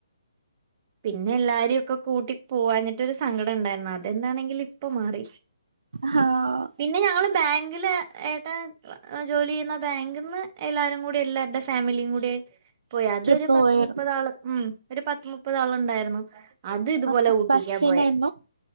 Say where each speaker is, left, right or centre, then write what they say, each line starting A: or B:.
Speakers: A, on the right; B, on the right.
A: പിന്നെ എല്ലാരി ഒക്കെ കൂട്ടി പൂവാഞ്ഞിട്ട്ടോരു സങ്കടം ഇണ്ടായിന്നു അതെന്താണെങ്കിലും ഇപ്പ മാറി.
B: ആഹ്
A: പിന്നെ ഞങ്ങള് ബേ ങ്കില് ഏട്ടൻ ജോലി ചെയ്യുന്ന ബാങ്കിന്ന് എല്ലാരും കൂടി എല്ലാര്ടെ ഫാമിലിയും കൂടി പോയി അതൊരു
B: ട്രിപ്പ്
A: പത്ത്
B: പോയാരുന്നു
A: മുപ്പത് ആള് ഉം ഒരു പത് മുപ്പതാള് ഇണ്ടായിരുന്നു അത് ഇതുപോലെ
B: ആഹ്
A: ഊട്ടിക്കാ
B: ബസ്സിനായിരുന്നോ
A: പോയേ